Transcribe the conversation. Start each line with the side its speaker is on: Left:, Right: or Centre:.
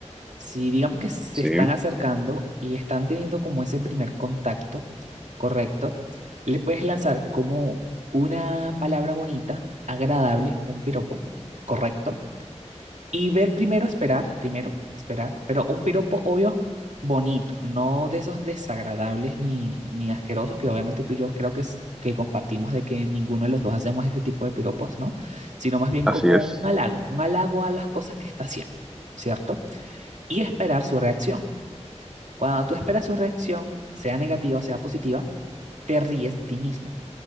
Right: si digamos que se
Centre: sí,
Right: están acercando y están teniendo como ese primer contacto, ¿correcto? Le puedes lanzar como una palabra bonita, agradable, un piropo, ¿correcto? Y ver primero, esperar, primero, esperar, pero un piropo obvio bonito, no de esos desagradables ni, ni asquerosos que obviamente tú y yo creo que, es- que compartimos de que ninguno de los dos hacemos ese tipo de piropos, ¿no? Sino más bien
Centre: así
Right: como
Centre: es.
Right: un halago, un halago a las cosas que está haciendo, ¿cierto? Y esperar su reacción. Cuando tú esperas su reacción, sea negativa o sea positiva, te ríes de ti mismo.